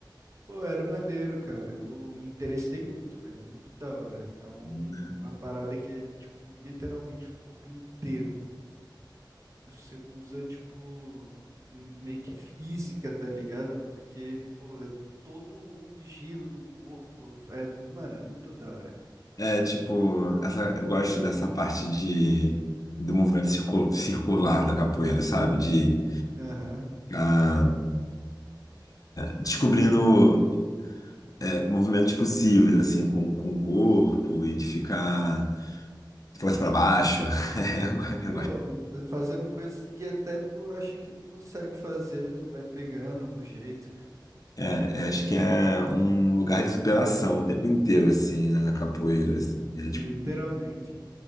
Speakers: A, on the right; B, on the left.
A: Pô, era maneiro, cara. Eu me interessei muito, velho, muito da hora. É um,
B: Né?
A: uma parada que é tipo literalmente o corpo inteiro. você usa, tipo, m- meio que física, tá ligado? Porque, pô, é todo o giro do corpo. É, mano, é muito da hora.
B: É, tipo, essa, eu gosto dessa parte de, do movimento circu- circular da capoeira, sabe? De
A: Aham.
B: ah, descobrindo é, movimentos possíveis, assim, com, com o corpo e de ficar de cabeça para baixo. <laughs> Eu, go- eu
A: Pô,
B: gosto.
A: fazendo coisas que até tu acha que não consegue fazer, tu vai pegando o jeito.
B: É, é, acho que é um lugar de superação o tempo inteiro, assim, né, na capoeira.
A: Li-
B: assim. É,
A: Literalmente.
B: tipo,